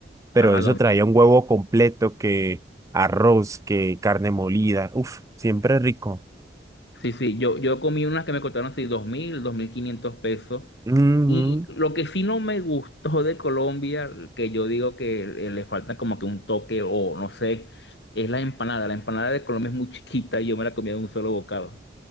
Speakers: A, on the right (about 20°); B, on the left (about 70°).
A: pero
B: Ajá,
A: eso
B: dos
A: traía
B: mil
A: un huevo completo, que arroz, que carne molida. Uf, siempre rico.
B: Sí, sí, yo, yo comí unas que me costaron así dos dos mil dos mil quinientos pesos
A: Ujú.
B: Y lo que sí no me gustó de Colombia, que yo digo que eh, le falta como que un toque o no sé, es la empanada. La empanada de Colombia es muy chiquita y yo me la comía de un solo bocado.